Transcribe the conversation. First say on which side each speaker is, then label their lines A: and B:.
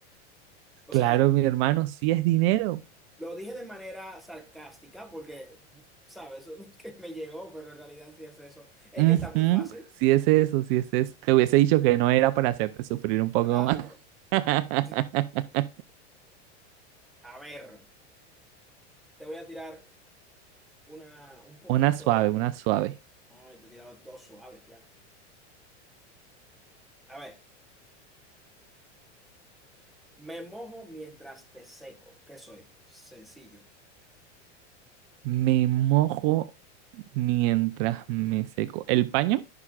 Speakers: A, in the centre; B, on the right.
A: O
B: Claro,
A: sea,
B: mi hermano, sí es dinero.
A: lo dije de manera sarcástica porque, ¿sabes? <laughs> Que me llegó, pero en realidad sí es eso. Es
B: Ujú,
A: que está muy fácil.
B: Sí es eso, sí es eso. Te hubiese dicho que no era para hacerte sufrir un poco
A: Claro,
B: más. <laughs>
A: claro. A ver, te voy a tirar una un poquito.
B: Una suave, una suave.
A: No, te he tirado dos suaves ya. A ver, me mojo mientras te seco. ¿Qué soy? Sencillo.
B: Me mojo mientras me seco. ¿El paño?